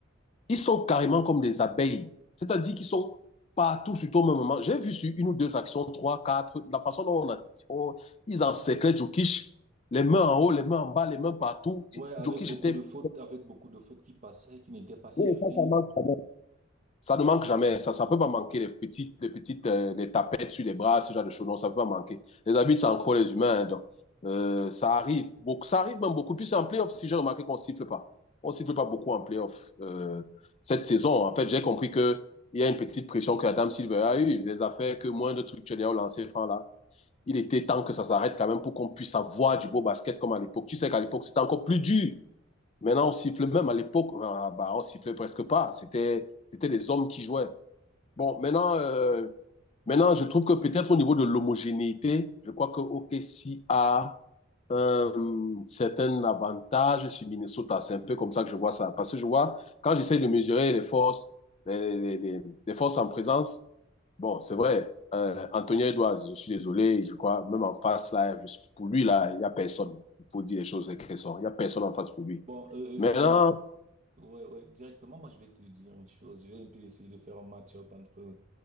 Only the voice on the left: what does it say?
Ils sont carrément comme des abeilles, c'est-à-dire qu'ils sont partout sur au même moment. J'ai vu sur une ou deux actions, trois, quatre, la façon dont on a, on, ils encerclaient Jokic, les mains en haut, les mains en bas, les mains partout.
Jokic
était
Oui, ça, ça marche. Ça ne manque jamais. Ça ne peut pas manquer les petites, les petites euh, les tapettes sur les bras, ce genre de choses. Non, ça ne peut pas manquer. Les arbitres, c'est encore les humains. Hein, donc, euh, ça arrive. Beaucoup, ça arrive même beaucoup plus en playoff, si j'ai remarqué qu'on ne siffle pas. On ne siffle pas beaucoup en playoff euh, cette saison. En fait, j'ai compris qu'il y a une petite pression que Adam Silver a eue. Il les a fait que moins de trucs que au lancé franc là. Il était temps que ça s'arrête quand même pour qu'on puisse avoir du beau basket comme à l'époque. Tu sais qu'à l'époque, c'était encore plus dur. Maintenant, on siffle même à l'époque, bah, bah, on sifflait presque pas. C'était, c'était des hommes qui jouaient. Bon, maintenant, euh, maintenant, je trouve que peut-être au niveau de l'homogénéité, je crois que OKC a un certain avantage sur Minnesota. C'est un peu comme ça que je vois ça. Parce que je vois, quand j'essaie de mesurer les forces, les, les- les- les forces en présence, bon, c'est vrai, euh, Anthony Edwards, je suis désolé, je crois, même en face, là, je suis- pour lui, là, il n'y a personne. Il faut dire les choses telles qu'elles sont. Il n'y a personne en face pour lui.
Maintenant,